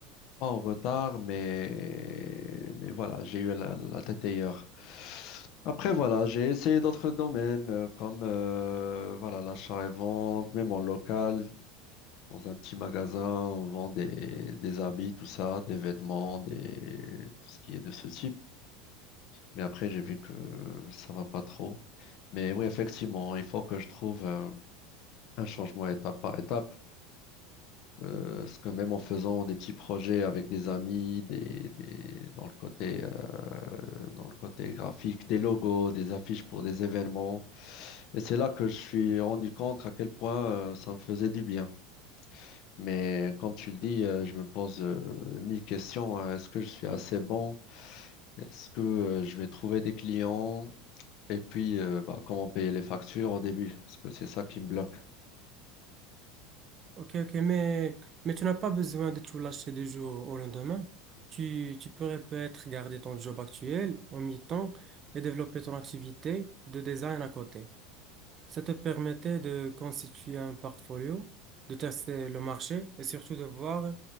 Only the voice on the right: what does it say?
Ok, ok, mais, mais tu n'as pas besoin de tout lâcher du jour au lendemain. Tu, tu pourrais peut-être garder ton job actuel en mi-temps et développer ton activité de design à côté. Ça te permettait de constituer un portfolio, de tester le marché et surtout de voir